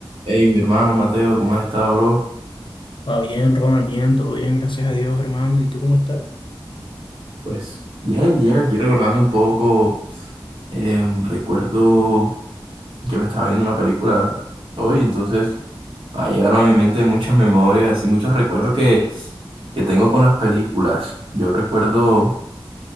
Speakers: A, on the right; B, on the left.
A: Hey, mi hermano Mateo, ¿cómo has estado, bro?
B: Va bien, Ronald, bien, todo bien, gracias a Dios, hermano. ¿Y tú cómo estás?
A: Pues bien, bien, aquí recordando un poco, em, recuerdo que me estaba viendo una película hoy, entonces ah, llegaron a mi mente muchas memorias y muchos recuerdos que, que tengo con las películas. Yo recuerdo